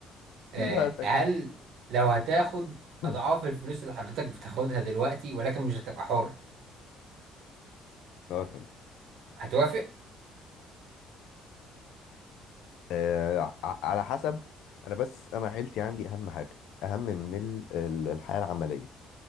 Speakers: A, on the right (about 65°); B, on the left (about 70°).
A: آه،
B: خد بالك
A: هل لو هتاخد
B: <laughs>
A: اضعاف الفلوس اللي حضرتك بتاخدها دلوقتي ولكن مش هتبقى حر
B: اه فهمت
A: هتوافق
B: آه، ع- على حسب انا بس انا عيلتي عندي اهم حاجه اهم من ال- ال- الحياه العمليه